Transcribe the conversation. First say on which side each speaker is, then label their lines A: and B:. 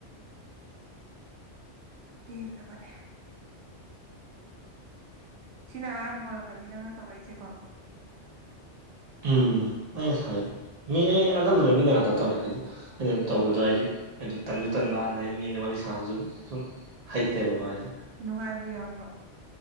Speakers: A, on the right; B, on the right.
A: ꯐ ꯑ ꯐꯔ ꯁꯤꯅ ꯑꯍꯥꯟꯕ ꯑꯣꯏꯔꯝꯒꯅꯤ ꯅꯪꯅ ꯇꯧꯔꯛꯏꯁꯀꯣ
B: ꯎꯝ ꯑꯁꯥꯏ ꯃꯤ ꯑꯩ ꯑꯅꯝꯕꯅ ꯃꯤꯅ ꯉꯥꯛꯇ ꯇꯧꯔꯦ ꯍꯥꯏꯗꯤ ꯑꯩꯅ ꯇꯧꯕꯗꯣ ꯍꯥꯏꯗꯤ ꯑꯗꯨ ꯇꯟꯁꯨ ꯇꯟꯕ ꯑꯗꯩ ꯃꯤꯒꯤ ꯋꯥꯔꯤ ꯏꯁꯥ ꯑꯃꯁꯁꯨ ꯁꯨꯝ ꯍꯩꯇꯦꯕꯀꯣ ꯍꯥꯏꯗꯤ
A: ꯅꯨꯡꯉꯥꯏꯕ ꯌꯥꯎꯕ꯭ꯔꯣ